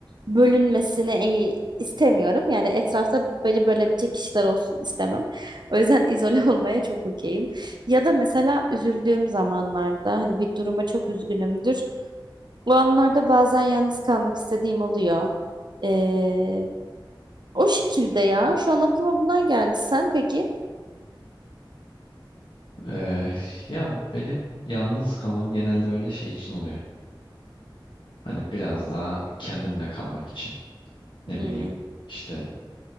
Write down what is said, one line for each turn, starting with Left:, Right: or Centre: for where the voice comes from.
Right: bölünmesini e, istemiyorum. Yani etrafta beni bölebilecek kişiler olsun istemem. O yüzden izole <laughs> olmaya çok okeyim. Ya da mesela üzüldüğüm zamanlarda hani bir duruma çok üzgünümdür. O anlarda bazen yalnız kalmak istediğim oluyor. Ee, o şekilde ya. Şu an aklıma bunlar geldi. Sen peki?
Left: E, ya benim yalnız kalmam genelde böyle şey için oluyor. Hani biraz daha kendimle kalmak için. Ne
Right: Hmm.
Left: bileyim
Right: <laughs>
Left: işte